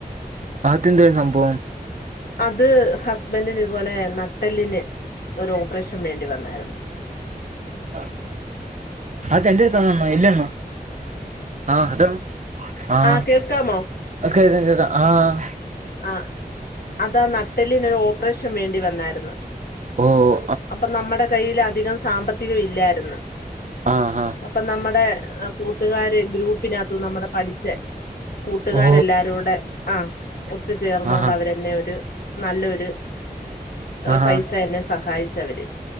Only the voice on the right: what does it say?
ആത്ത് എന്തര സംഭവം
ആഹ് അക്ക എന്തത്തന്ന എല്ലയ്ണ ആഹ് അതാണ് ആഹ്
കേക്ക കേക്ക ആഹ്
ഓഹ്
ആഹ്
ഓ
ആഹാ
ആഹാ